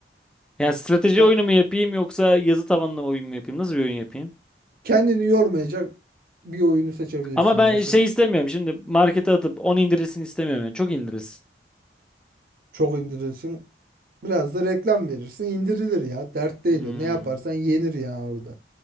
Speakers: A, in the centre; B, on the right (about 50°).
A: Yani strateji
B: Ya
A: oyunu mu yapayım yoksa yazı tabanlı oyun mu yapayım? Nasıl bir oyun yapayım?
B: kendini yormayacak bir oyunu seçebilirsin
A: Ama ben
B: ya. Şöyle
A: şey istemiyorum. Şimdi markete atıp 10 indirilsin istemiyorum. Yani. Çok indirilsin.
B: çok indirirsin. Biraz da reklam verirsin. indirilir ya. Dert değil
A: Hmm.
B: o. Ne yaparsan yenir ya orada.